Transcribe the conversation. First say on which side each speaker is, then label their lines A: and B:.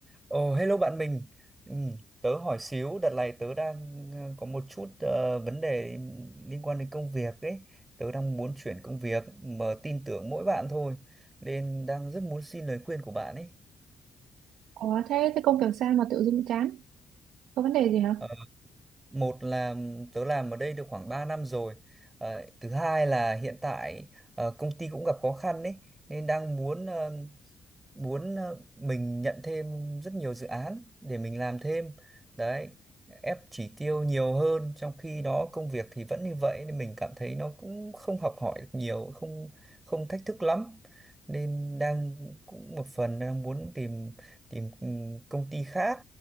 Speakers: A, on the right; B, on the right.
A: Ồ, hello bạn mình. Ừ, tớ hỏi xíu, đợt này tớ đang ờ, có một chút ờ, vấn đề liên quan đến công việc ấy. Tớ đang muốn chuyển công việc mà tin tưởng mỗi bạn thôi. Nên đang rất muốn xin lời khuyên của bạn ấy.
B: Ủa thế thế công việc sao mà tự dưng chán? Có vấn đề gì hả?
A: Ờ, một là tớ làm ở đây được khoảng 3 năm rồi. Ờ, thứ hai là hiện tại ờ, công ty cũng gặp khó khăn ấy. Nên đang muốn muốn ờ, mình nhận thêm rất nhiều dự án để mình làm thêm đấy ép chỉ tiêu nhiều hơn trong khi đó công việc thì vẫn như vậy nên mình cảm thấy nó cũng không học hỏi được nhiều không không thách thức lắm nên đang cũng một phần đang muốn tìm tìm ừ, công ty khác